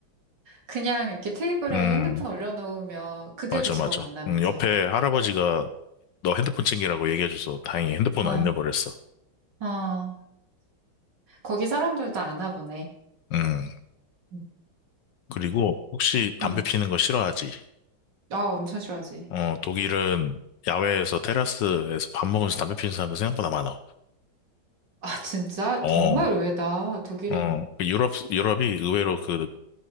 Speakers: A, on the right (about 60°); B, on the left (about 70°).
A: 그냥 이렇게 테이블에
B: 음,
A: 핸드폰 올려놓으면 그대로
B: 맞아,
A: 집어간다면서.
B: 맞아. 음, 옆에 할아버지가 너 핸드폰 챙기라고 얘기해줘서 다행히 핸드폰
A: 어,
B: 안 잃어버렸어.
A: 어. 거기 사람들도 아나 보네.
B: 음.
A: 응,
B: 그리고 혹시 담배
A: 응.
B: 피는 거 싫어하지?
A: 아, 엄청 싫어하지.
B: 어, 독일은 야외에서 테라스에서 밥 먹으면서 담배 피는 사람들 생각보다 많아.
A: 아, 진짜?
B: 어,
A: 정말 의외다. 독일인.
B: 어, 그 유럽, 유럽이 의외로 그